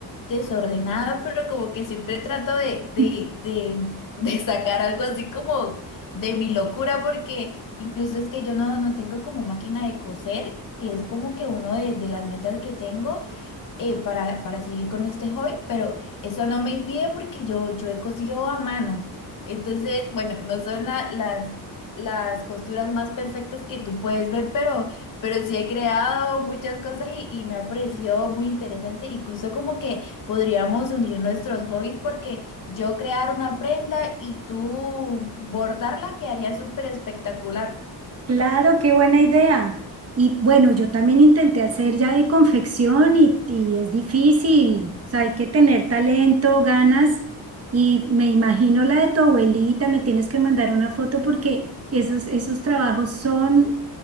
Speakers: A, on the left; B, on the right.
A: desordenada, pero como que siempre trato de,
B: <laughs>
A: de, de, <laughs> de sacar algo así como de mi locura, porque incluso es que yo no, no tengo como máquina de coser, que es como que uno de, de las metas que tengo eh, para, para seguir con este hobby, pero eso no me impide porque yo, yo he cosido a mano. Entonces, bueno, no son la- las, las costuras más perfectas que tú puedes ver, pero, pero sí he creado muchas cosas y, y me ha parecido muy interesante. Incluso como que podríamos unir nuestros hobbies porque yo crear una prenda y tú bordarla quedaría súper espectacular.
B: Claro, qué buena idea. Y bueno, yo también intenté hacer ya de confección y, y es difícil. O sea, hay que tener talento, ganas. Y me imagino la de tu abuelita, me tienes que mandar una foto porque esos, esos trabajos son